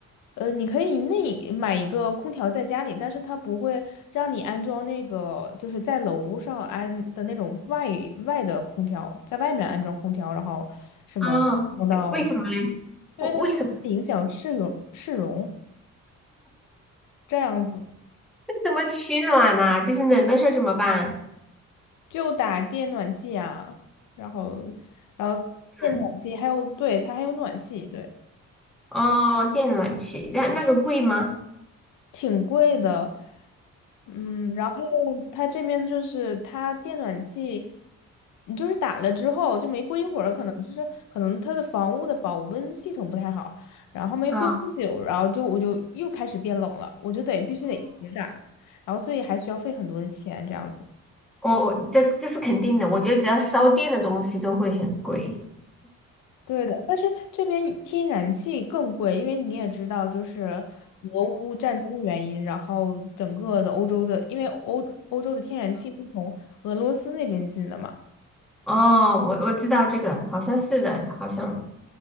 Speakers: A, on the left (about 85°); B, in the centre.
A: 呃，你可以那买一个空调在家里，但是它不会让你安装那个，就是在楼上安的那种外外的空调，在外面安装空调，然后什么弄到，
B: 哦，为什么嘞？
A: 因为他说会影响市容市容，
B: 为为什么？
A: 这样子
B: 那怎么取暖呢、就是冷的时候怎么办？
A: 就打电暖气啊，然后然后电暖气还有对它还有暖气，
B: 嗯，
A: 对。
B: 哦，电暖气，那那个贵吗？
A: 挺贵的，嗯，然后它这边就是它电暖气，你就是打了之后就没过一会儿，可能就是可能它的房屋的保温系统不太好，然后没过多久，
B: 啊，
A: 然后就我就又开始变冷了，我就得必须得一直打，然后所以还需要费很多的钱这样子。
B: 哦，这这是肯定的，我觉得只要烧电的东西都会很贵。
A: 对的，但是这边天然气更贵，因为你也知道，就是俄乌战争的原因，然后整个的欧洲的，因为欧欧洲的天然气是从俄罗斯那边进的嘛。
B: 哦，我我知道这个，好像是的，好像。